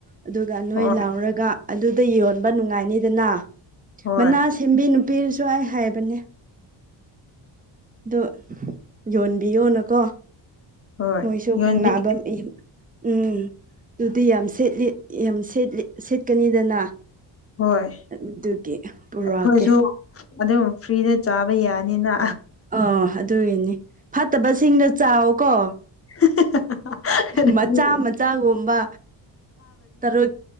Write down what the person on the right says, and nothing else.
ꯑꯗꯨꯒ ꯅꯣꯏ
ꯂꯥꯎꯔꯒ ꯑꯗꯨꯗ ꯌꯣꯟꯕ ꯅꯨꯡꯉꯥꯏꯅꯤꯗꯅ
ꯃꯅꯥ ꯁꯦꯝꯕꯤ ꯄꯤꯔꯁꯨ ꯑꯩ ꯍꯥꯏꯕꯅꯦ ꯑꯣ ꯌꯣꯟꯕꯤꯌꯣꯅꯀꯣ
ꯃꯣꯏꯁꯨ
ꯈꯪ ꯐꯝ ꯏ ꯎꯝ ꯑꯗꯨꯗꯤ ꯌꯥꯝ ꯁꯦꯠꯂꯤ ꯌꯥꯝ ꯁꯦꯠꯂꯤ ꯁꯤꯠꯀꯅꯤꯗꯅ
ꯑꯗꯨꯒꯤ ꯄꯨꯔꯛꯑꯀꯦ
ꯑ ꯑꯗꯨꯏꯅꯤ ꯐꯠꯇꯕꯁꯤꯡꯒ ꯆꯥꯀꯣ
ꯃꯆꯥ ꯃꯆꯥꯒꯨꯝꯕ ꯇꯔꯨ